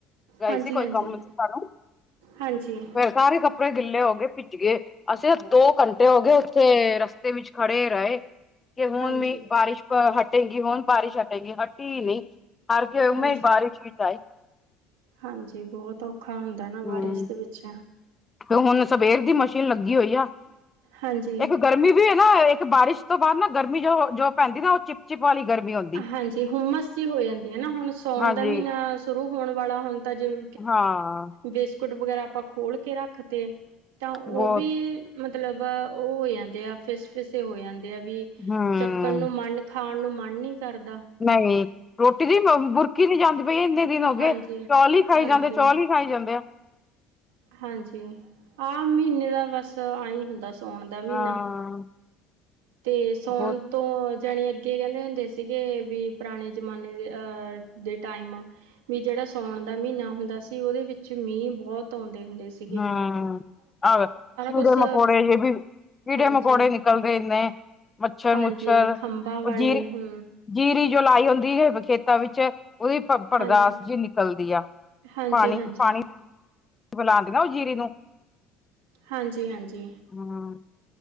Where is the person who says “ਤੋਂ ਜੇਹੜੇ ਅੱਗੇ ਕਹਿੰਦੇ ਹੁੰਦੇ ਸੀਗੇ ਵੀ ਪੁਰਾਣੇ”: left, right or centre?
Right